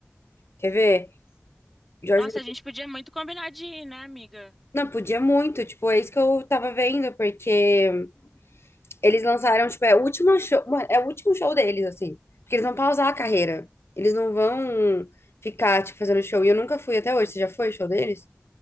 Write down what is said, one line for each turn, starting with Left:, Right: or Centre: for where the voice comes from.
Left: Quer ver? Jorge
Centre: Nossa, a gente podia muito combinar de ir, né, amiga?
Left: Não, podia muito, tipo, é isso que eu tava vendo, porque eles lançaram, tipo, é o último show, mano, é o último show deles, assim, porque eles vão pausar a carreira, eles não vão ficar, tipo, fazendo show, e eu nunca fui até hoje, você já foi ao show deles?